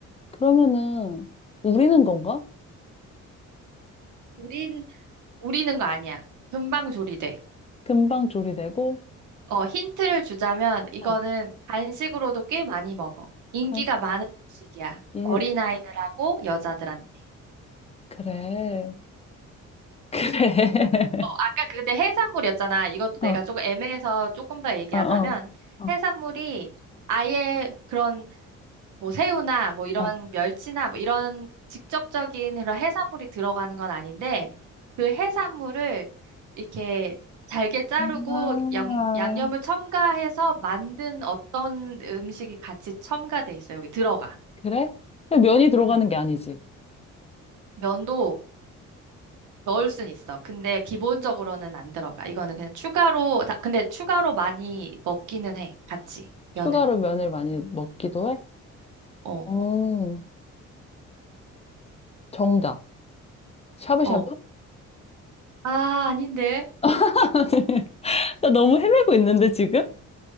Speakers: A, on the left (about 20°); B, on the right (about 75°).
A: 그러면은 우리는 건가?
B: 우린 우리는 거 아니야. 금방 조리돼.
A: 금방 조리되고
B: 어, 힌트를 주자면 이거는
A: 어,
B: 간식으로도 꽤 많이 먹어. 인기가
A: 간,
B: 많은 음식이야.
A: 인,
B: 어린아이들하고 여자들한테.
A: 그래, <laughs> 그래.
B: 어, 아까 근데 해산물이었잖아. 이것도 내가
A: 어,
B: 조금 애매해서 조금 더 얘기하자면
A: 어, 어, 어,
B: 해산물이 아예 그런 뭐 새우나 뭐 이런
A: 어.
B: 멸치나 뭐 이런 직접적인 그런 해산물이 들어가는 건 아닌데 그 해산물을 이렇게 잘게 자르고
A: 아,
B: 양, 양념을 첨가해서 만든 어떤 음식이 같이 첨가돼 있어. 여기 들어가.
A: 그래? 근데 면이 들어가는
B: 음.
A: 게 아니지.
B: 면도 넣을 순 있어. 근데 기본적으로는 안 들어가. 이거는 그냥 추가로 다, 근데 추가로 많이 먹기는 해. 같이 면을.
A: 추가로 면을 많이 먹기도 해?
B: 어.
A: 오, 정답. 샤브샤브?
B: 어. 아, 아닌데.
A: <laughs> 나 너무 헤매고 있는데, 지금?